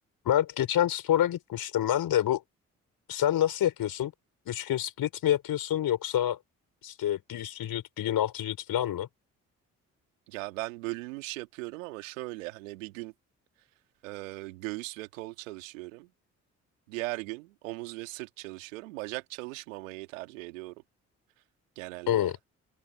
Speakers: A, on the left; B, on the right.
A: Mert geçen spora gitmiştim ben de bu sen nasıl yapıyorsun? Üç gün split mi yapıyorsun yoksa işte bir üst vücut bir gün alt vücut falan mı?
B: Ya ben bölünmüş yapıyorum ama şöyle hani bir gün e, göğüs ve kol çalışıyorum. Diğer gün omuz ve sırt çalışıyorum. Bacak çalışmamayı tercih ediyorum genelde.
A: Hı.